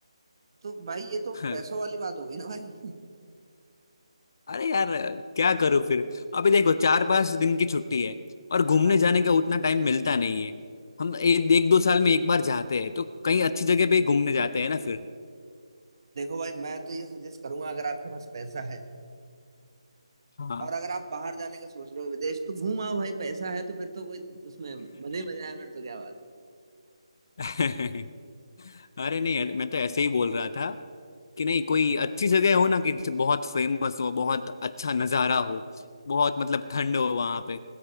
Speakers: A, on the right; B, on the left.
A: तो भाई ये तो
B: <laughs>
A: पैसों वाली बात हो गई ना भाई
B: अरे यार क्या करूं फिर अभी देखो चार पांच दिन की छुट्टी है और घूमने
A: हाँ,
B: जाने का उतना टाइम मिलता नहीं है हम एक, एक दो साल में एक बार जाते हैं तो कहीं अच्छी जगह पे ही घूमने जाते हैं ना फिर
A: देखो भाई मैं तो ये सजेस्ट करूंगा अगर आपके पास पैसा है
B: हाँ
A: और अगर आप बाहर जाने का सोच रहे हो विदेश तो घूम आओ भाई पैसा है तो फिर तो कोई उसमें मजे ही मजा है फिर तो क्या बात है
B: <laughs> अरे नहीं यार, मैं तो ऐसे ही बोल रहा था कि नहीं कोई अच्छी जगह हो ना कि जो बहुत फेमस हो बहुत अच्छा नज़ारा हो बहुत मतलब ठंड हो वहां पे